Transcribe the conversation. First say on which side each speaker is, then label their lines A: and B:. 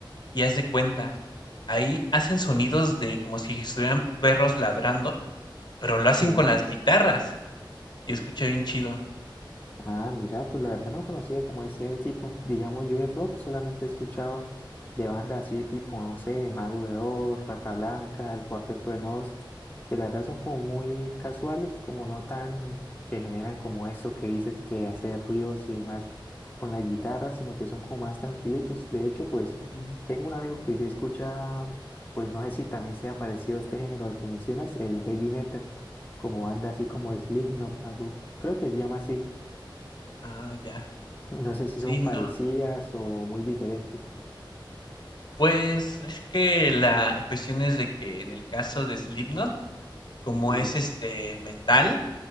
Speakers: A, on the left; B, on the left.
A: y haz de cuenta, ahí hacen sonidos de como si estuvieran perros ladrando, pero lo hacen
B: sí.
A: con las guitarras y escucha bien chido.
B: Ah, mira, pues la verdad no conocía como ese tipo. Digamos, yo de rock solamente he escuchado de bandas así tipo, no sé, Mago de Oz, Rata Blanca, El Cuarteto de Nos, que la verdad son como muy casuales, como no tan que generan como eso que dices que hace ruidos y demás con la guitarra, sino que son como más tranquilitos. De hecho, pues
A: Ujú.
B: tengo un amigo que se escucha, pues no sé si también sea parecido a este género al que mencionas, el heavy metal, como banda así como Slipknot, algo, creo que se llama así.
A: Ah, ya.
B: No sé si
A: Sí,
B: son
A: no.
B: parecidas o muy diferentes.
A: Pues es que la cuestión es de que en el caso de Slipknot, como
B: Sí.
A: es este metal,